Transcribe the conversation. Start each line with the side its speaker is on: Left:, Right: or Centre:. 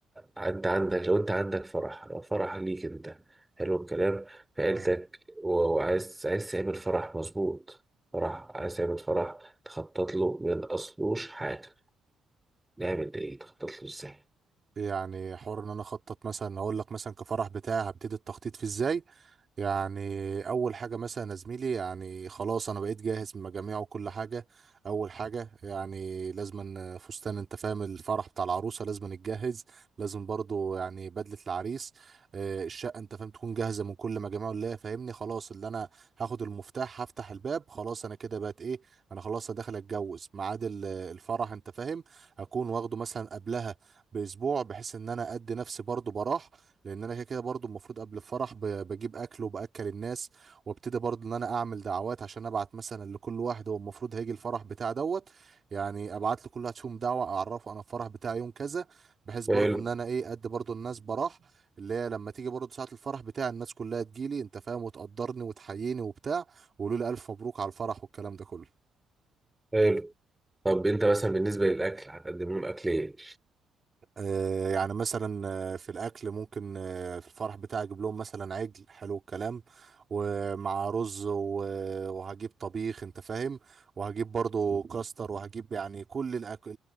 Centre: انت عندك لو انت عندك فرح لو فرح ليك انت حلو الكلام في
Right: تمام
Centre: عيلتك و- وعايز عايز تعمل فرح مظبوط فرح عايز تعمل فرح تخطط له من اصلوش حاجة نعمل ايه تخطط له ازاي
Right: يعني حوار ان انا اخطط مثلا اقول لك مثلا كفرح بتاعي هبتدي التخطيط فيه ازاي يعني اول حاجه مثلا يا زميلي يعني خلاص انا بقيت جاهز من مجاميع وكل حاجه اول حاجه يعني لازم أن- فستان انت فاهم الفرح بتاع العروسه لازم نتجهز لازم برضو يعني بدله العريس آه، الشقه انت فاهم تكون جاهزه من كل مجاميع اللي هي فاهمني خلاص اللي انا هاخد المفتاح هفتح الباب خلاص انا كده بقت ايه انا خلاص أنا داخل اتجوز ميعاد ال- الفرح انت فاهم اكون واخده مثلا قبلها باسبوع بحيث ان انا ادي نفسي برضو براح لان انا كده كده برضو المفروض قبل الفرح ب- بجيب اكل وباكل الناس وابتدي برضو ان انا اعمل دعوات عشان ابعت مثلا لكل واحد هو المفروض هيجي الفرح بتاع دوت يعني ابعت لكل واحد فيهم دعوه اعرفه انا الفرح بتاعي يوم كذا بحيث برضو
Centre: حلو
Right: ان انا ايه ادي برضو الناس براح اللي هي لما تيجي برضو ساعه الفرح بتاعي الناس كلها تجيلي انت فاهم وتقدرني وتحييني وبتاع ويقولوا لي الف مبروك على الفرح والكلام ده كله
Centre: حلو طب انت مثلا بالنسبة للأكل هتقدم لهم أكل ايه؟
Right: آه، يعني مثلا آه، في الاكل ممكن آه، في الفرح بتاعي اجيب لهم مثلا عجل حلو الكلام ومع رز و- وهجيب طبيخ انت فاهم وهجيب برضو كاستر وهجيب يعني كل الاكل